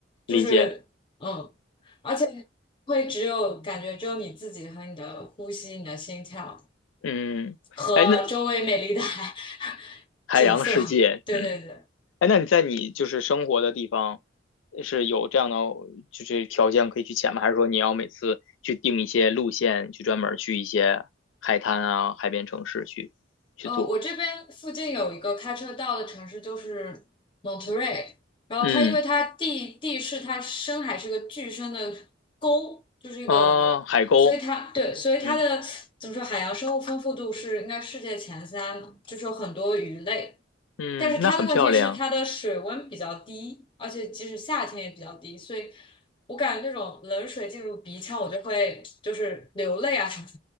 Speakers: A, on the left; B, on the left.
A: 理解，
B: 就是嗯，而且会只有感觉只有你自己和你的呼吸、你的心跳
A: 嗯，
B: 和周围美丽的
A: 哎，那
B: <laughs> 海
A: 海洋世界，
B: 景色。<laughs> 对对对。
A: 嗯，哎，那你在你就是生活的地方是有这样的就是条件可以去潜吗？还是说你要每次去定一些路线，去专门去一些海滩啊、海边城市去去做？
B: 呃，我这边附近有一个开车到的城市，就是 Monterey。然后它因为它地地势，
A: 嗯
B: 它深海是个巨深的沟，就是一个，
A: 啊，海沟，
B: 所以它对，所以它的怎么说，
A: 嗯
B: 海洋生物丰富度是应该世界前三嘛就是有很多鱼类。
A: 嗯，
B: 但是它的问题是它的水温比较低，
A: 那很漂亮
B: 而且即使夏天也比较低，所以我感觉那种冷水进入鼻腔，我就会就是流泪啊什么的。